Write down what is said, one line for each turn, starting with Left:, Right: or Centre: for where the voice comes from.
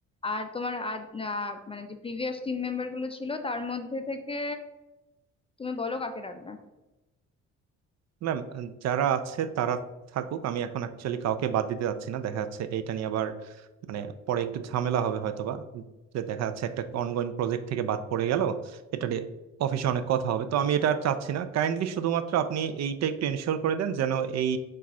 Left: আর তোমার আজ আহ, মানে যে প্রিভিয়াস টিম মেম্বার গুলো ছিল তার মধ্যে থেকে তুমি বলো কাকে রাখবে
Right: ম্যাম যারা আছে তারা থাকুক আমি এখন অ্যাকচুয়ালি কাউকে বাদ দিতে যাচ্ছি না দেখা যাচ্ছে এইটা নিয়ে আবার মানে পরে একটু ঝামেলা হবে হয়তোবা যে দেখা যাচ্ছে একটা অনগোয়িং প্রজেক্ট থেকে বাদ পড়ে গেল এটা নিয়ে অফিসে অনেক কথা হবে তো আমি এটা আর চাচ্ছি না কাইন্ডলি শুধুমাত্র আপনি এইটা একটু এনশিওর করে দেন যেন এই